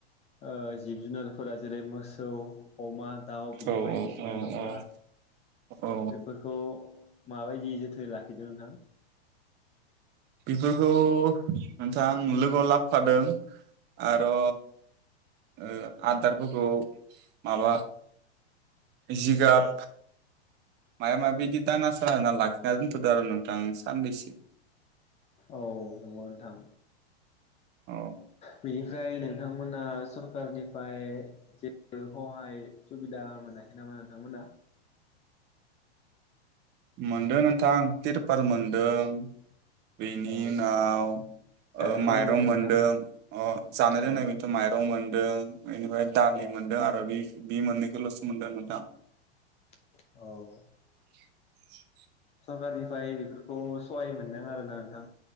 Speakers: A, on the left (about 20°); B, on the right (about 30°).
A: ओ जिब जुनारफोरा जेरै मोसौ अमा दाउ बिदि
B: औ
A: बायदिसिना
B: औ
A: दंना
B: औ औ
A: बेफोरखौ माबायदि जोथोनै लाखिदों नोंथां?
B: फोरखौ नोंथां लोगोआव लाबोफादों आरो ओ आदारफोरखौ माबा जिगाब मायाबा माबि बिदि दाना साल होनना लाखिना दोनथ'दो आरो नोंथां साननैसो।
A: औ नोंगौ नोंथां।
B: औ
A: बेनिफ्राय नोंथांमोना सरकारनिफ्राय जेबो हहाय सुबिदा मोनाखै नामा नोंथांमोना?
B: मोनदों नोंथां तिर पाल मोन्दों बेनि
A: औ
B: उनाव
A: जानाय
B: ओ माइरं
A: लोंनायलाय
B: मोनदों
A: नोंथां
B: ओ जानाय लोंनायनिथ'
A: औ
B: माइरं मोन्दों बेनिफ्राय दालि
A: औ
B: मोनदों आरो बि बि मोननैखौल'सो मोनदों नोंथां।
A: औ।
B: <inaudible>
A: सरकारनिफ्राय बेफोरखौ सहाय मोनदों आरोना नोंथां।